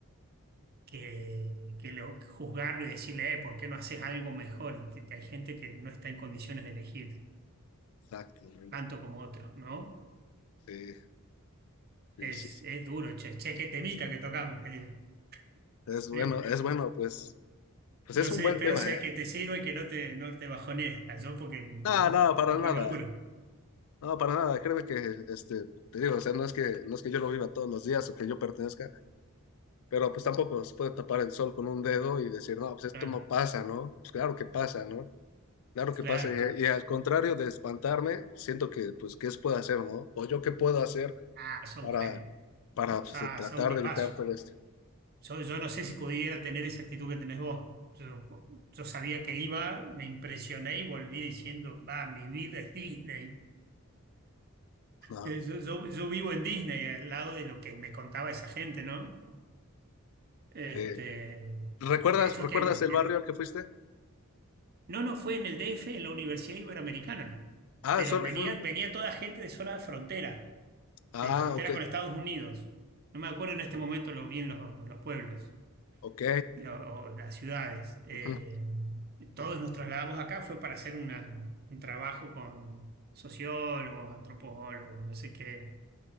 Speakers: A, on the right; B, on the left.
A: que, que lo- juzgarlo y decirle, "Eh, ¿por qué no haces algo mejor? Y te- te- Hay gente que no está en condiciones de elegir
B: Exactamente.
A: tanto como otros, ¿no?
B: Sí, sí,
A: Es,
B: sí. sí.
A: es duro, che, che, qué temita que tocamos, querido. En
B: Es
A: Serio.
B: bueno, es bueno, pues, pues
A: No
B: es un
A: sé,
B: buen
A: espero
B: tema,
A: sé
B: ¿eh?
A: que te sirva y que no te, no te bajonees, ah, yo porque es
B: No,
A: un
B: no,
A: poco
B: para nada.
A: mi laburo.
B: No, para nada. Créeme que, este, te digo, o sea, no es que, no es que yo lo viva todos los días o que yo pertenezca Pero pues tampoco se puede tapar el sol con un dedo y decir, no, pues
A: Claro,
B: esto no pasa, ¿no? Pues claro que pasa, ¿no? Claro que
A: claro.
B: pasa. Y, y al contrario de espantarme, siento que, pues, ¿qué se puede hacer, no? O yo qué puedo hacer
A: Ah, sos
B: para,
A: un genio. O
B: para pues,
A: sea,
B: tratar
A: sos un tipazo.
B: de evitar todo esto.
A: Yo, yo no sé si pudiera tener esa actitud que tenés vos. Yo, yo sabía que iba, me impresioné y volví diciendo, va, mi vida es Disney.
B: No,
A: Eh, yo, yo- yo vivo en Disney, al lado de lo que me contaba esa gente, ¿no? Este,
B: eh, ¿Recuerdas,
A: y eso
B: recuerdas
A: que en-
B: el barrio al que fuiste?
A: no, no fue en el DF, en la Universidad Iberoamericana,
B: Ah,
A: pero
B: solo
A: venía,
B: fue un...
A: venía toda gente de zona de frontera,
B: Ah,
A: de frontera
B: ok,
A: con Estados Unidos. No me acuerdo en este momento lo bien los, los pueblos,
B: ok.
A: lo- o las ciudades. Eh,
B: Ujú.
A: todos nos trasladamos acá, fue para hacer una, un trabajo con sociólogos, antropólogos, no sé qué.